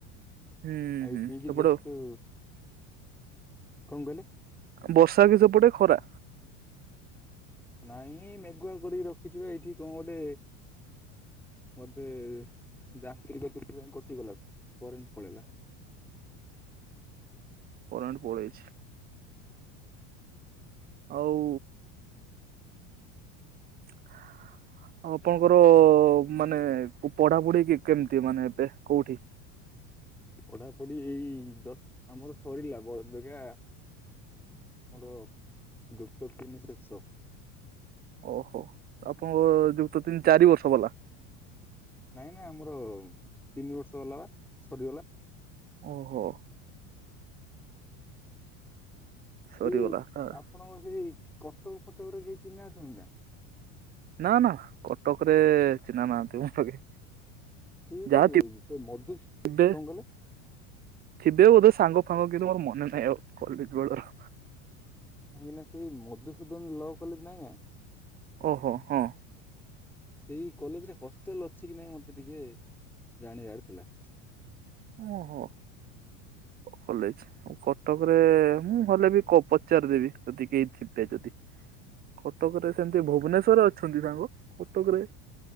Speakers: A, on the right; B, in the centre.
A: ହୁଁ
B: ଆଇ
A: ହୁଁ
B: ପି କି
A: ସେପଟେ
B: ଜଷ୍ଟ କଣ କହିଲେ?
A: ବର୍ଷା କି ସେପଟେ ଖରା?
B: ନାଇ ମ ଗୁଆ କରିକି ରଖିଛିିବା ଏଇଠି କଣ ଗୋ ଟେ ମୋଧେ ଯାନ୍ତ୍ରିକ ତ୍ରୁଟି ପାଇଁ କଟିଗଲା। ଫରେନ୍ ପଳେଇଲା।
A: କରେନ୍ ପଲେଇଚି ଆଉ। <inaudible> ଆଉ ଆପଣଙ୍କର ମାନେ ପଢାପଢି କେମିତି ମାନେ ଏବେ କୋଉଠି?
B: ପଢାପଢି ଏଇ ଜତ୍ ଆମର ସରିଲା ବ ବଗା ଆର ଯୁକ୍ତ ତିନି ଶେସ
A: ଓହୋ ଆପଣଙ୍କ ଯୁକ୍ତ ତିନି ଚାରି ବର୍ଷ ବାଲା।
B: ନାଇଁ ନାଇଁ ଆମର ତିନି ବର୍ଷ ଗଲା ବା ସରିଗଲା।
A: ଓହୋ। ସରିଗଲା
B: ଇ
A: ନା
B: ଆପଣଙ୍କର ସେଇ କଟକ ଫଟକ ରେ କେହି ଚିହ୍ନା ଅଛନ୍ତି ନା।
A: ନା ନା କଟକ ରେ ଚିହ୍ନା ନାହାନ୍ତି ମୋକି
B: ସେଇ ଗୋଟେ
A: ଯାହା ଥିବେ
B: ସେ ମଧୁ କଣ
A: ସାଙ୍ଗ
B: କହିଲେ
A: ସାଙ୍ଗ କିନ୍ତୁ ମୋର ମନେ ନାହିଁ ଆଉ କଲେଜ୍ ବଳର
B: କାଇହିଁକିନା ସେ ମଧୁସୂଦନ ଲ କଲେଜ ନାଇଁ ନା?
A: ଓହୋ ହଁ।
B: ସେଇ କଲେଜରେ ହଷ୍ଟେଲ ଅଛି କି ନାଇଁ ମତେ ଟିକେ ଜାଣିବାରଥିଲା।
A: ଓହୋ। କଲେଜ କଟକରେ ମୁଁ ହେଲେ ବି ପଚାରିଦେବି ଯଦି କେହି ଥିବେ। କଟକରେ ସେମିତି ଭୁବନେଶରରେ ଅଛନ୍ତି ସାଙ୍ଗ କଟକରେ